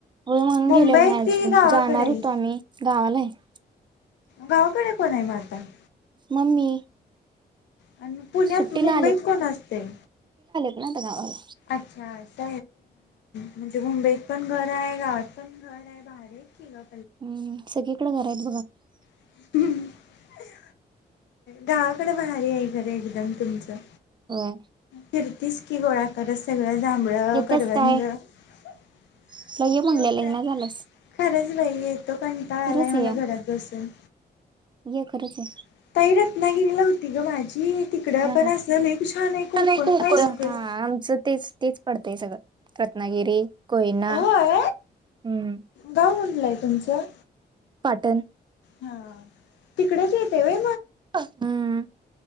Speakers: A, on the right (about 25°); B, on the left (about 80°).
A: होय म्हणून
B: मुंबईत
A: गेलेलो नाही अजून
B: कि गावाकडं
A: जाणार
B: हाय
A: होतो आम्ही गावाला आहे
B: गावाकडं <unintelligible>
A: मम्मी
B: आणि म पुण्यात
A: सुट्टीला
B: मुंबईत कोण असतंय?
A: नाही आता गावाला
B: अच्छा आज म्हणजे ह मुंबईत पण घराय गावात पण घराय कि भारी य की ग
A: हम् सगळीकडें घरा <inaudible>
B: <unintelligible> गावाकडं भारी हाय. घर एकदम तुमचं.
A: होय
B: फिरतीस की गोळा करत सगळं जांभळं,
A: येतेच
B: करवंध
A: काय
B: <unintelligible>
A: तुला ये म्हणलेलं
B: यो काय
A: येईना झालंस
B: खरंच बाई येतो कंटाळा
A: खरंच
B: आलाय मला
A: ये
B: घरात बसून.
A: ये खरंच ये.
B: <unintelligible> <unintelligible> तिकडं
A: ह
B: पण
A: ह
B: असं लई छान आहे कोकण
A: नाही कुंकू
B: काय
A: हाय,
B: सगळं.
A: आमचं तेच तेच पडतंय सगळं रत्नागिरी कोयना
B: होय
A: हम्म
B: गाव कुटलंय तुमचं
A: पाटण
B: हा तिकडच येतय वय?
A: हम्म